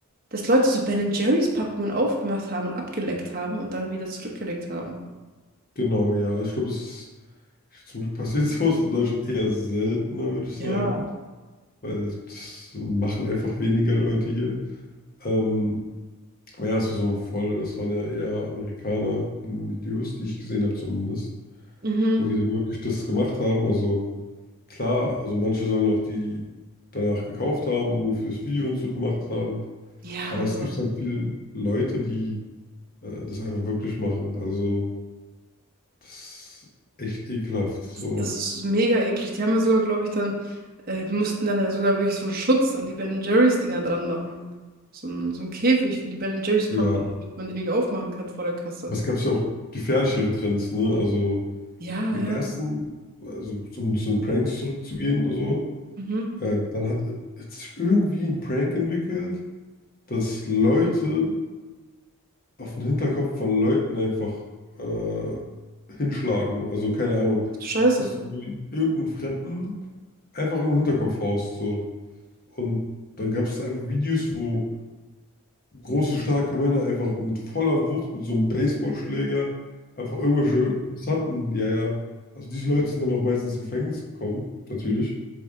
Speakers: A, on the right; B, on the left.
A: dass Leute so Ben und Jerry's Packungen aufgemacht haben und abgeleckt haben und dann wieder zurückgelegt haben.
B: genau, ja. Ich glaube, es Zum Glück passiert <laughs> sowas in Deutschland eher seltener, würde ich sagen,
A: Ja.
B: weil das machen einfach weniger Leute hier. Ähm, aber ja, es war so ein voll, das waren ja eher Amerikaner in Videos, die ich gesehen habe zumindest,
A: Mhm.
B: wo die dann wirklich das gemacht haben. Also klar, also manche sollen auch die danach gekauft haben und nur fürs Video und so gemacht haben.
A: Ja,
B: Aber
A: aber
B: es gibt halt viele Leute, die äh, das einfach wirklich machen. Also das ist echt ekelhaft. So,
A: Das ist mega eklig. Die haben ja sogar, glaube ich, dann, äh, die mussten dann ja sogar wirklich so einen Schutz an die Ben Jerry's Dinger dran machen. So ein, so ein Käfig für die Ben Jerry's Packung,
B: ja,
A: damit man die nicht aufmachen kann vor der Kasse.
B: Aber es gab ja auch gefährlichere Trends, ne? Also
A: Ja,
B: so die
A: ja.
B: ersten, also zum, zu den Pranks zurückzugehen, so,
A: Mhm.
B: äh, dann hat jetzt irgendwie ein Prank entwickelt, dass Leute auf den Hinterkopf von Leuten einfach äh, hinschlagen. Also keine Ahnung,
A: Scheiße.
B: dass du irgendeinen Fremden einfach im Hinterkopf haust, so. Und dann gab es einfach Videos, wo Große, starke Männer einfach mit voller Wucht, mit so einem Baseballschläger, einfach irgendwelche interessanten, ja, ja. Also diese Leute sind dann auch meistens ins Gefängnis gekommen, natürlich.